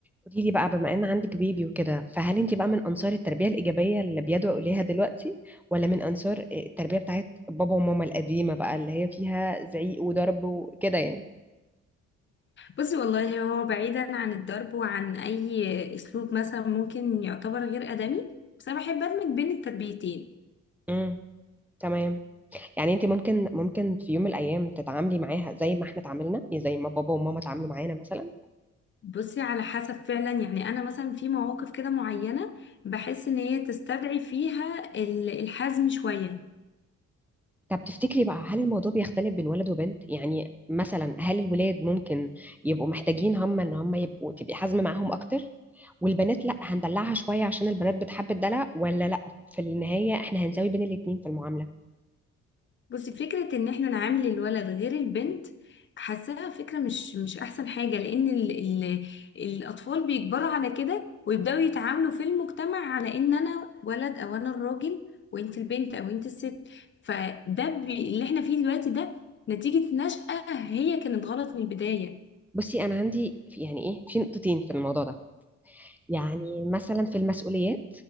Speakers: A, in the centre; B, on the left (about 40°).
A: قولي لي بقى بما ان عندك بيبي وكده فهل انت بقى من انصار التربيه الايجابيه اللي بيدعو اليها دلوقتي ولا من انصار آه، التربيه بتاعت بابا وماما القديمه بقى اللي هي فيها زعيق وضرب وكده يعني
B: بصي والله هو بعيدا عن الضرب وعن اي اسلوب مثلا ممكن يعتبر غير ادمي بس انا بحب ادمج بين التربيتين
A: امم تمام يعني انت ممكن ممكن في يوم من الايام تتعاملي معاها زي ما احنا اتعاملنا يعني زي ما بابا وماما اتعاملوا معانا مثلا
B: بصي على حسب فعلا يعني انا مثلا في مواقف كده معينة بحس ان هي تستدعي فيها ال- الحزم شوية
A: طب تفتكري بقى هل الموضوع بيختلف بين ولد وبنت يعني مثلا هل الولاد ممكن يبقوا محتاجين هم ان هم يبقوا تبقي حازمه معاهم اكتر والبنات لا هندلعها شويه عشان البنات بتحب الدلع ولا لا في النهايه احنا هنساوي بين الاتنين في المعامله
B: بصي فكرة ان احنا نعامل الولد غير البنت حاساها فكرة مش مش احسن حاجة لان ال ال الاطفال بيكبروا على كده ويبدأوا يتعاملوا في المجتمع على ان انا ولد او انا الراجل وانت البنت او انت الست فده بي اللي احنا فيه دلوقتي ده نتيجة نشأة هي كانت غلط من البداية
A: بصي انا عندي في يعني ايه في نقطتين في الموضوع ده يعني مثلا في المسؤوليات